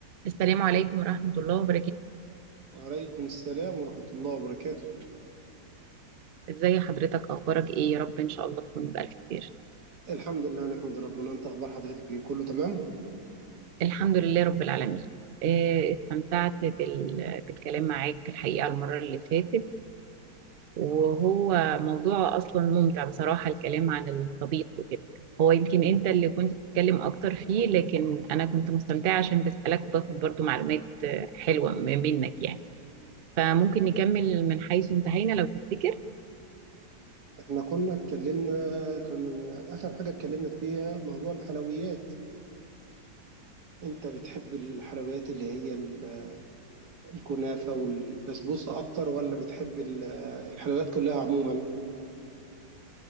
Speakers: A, on the right; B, on the right.
A: السلام عليكم ورحمة الله وبركاته
B: وعليكم السلام ورحمة الله وبركاته
A: ازي حضرتك اخبارك ايه يا رب ان شاء الله تكون بألف خير
B: الحمد لله نحمد ربنا انت اخبار حضرتك ايه كله تمام
A: الحمد لله رب العالمين آه، استمتعت بال- بالكلام معاك في الحقيقة المرة اللي فاتت وهو موضوع اصلا ممتع بصراحة الكلام عن الطبيخ وكده هو يمكن انت اللي كنت بتتكلم اكتر فيه لكن انا كنت مستمتعة عشان بسألك باخد برضو معلومات آه، حلوة منك يعني فممكن نكمل من حيث انتهينا لو تفتكر
B: احنا كنا اتكلمنا كنا اخر حاجة اتكلمنا فيها موضوع الحلويات انت بتحب الحلويات اللي هي ال- الكنافة والبسبوسة اكتر ولا بتحب ال- الحلويات كلها عموما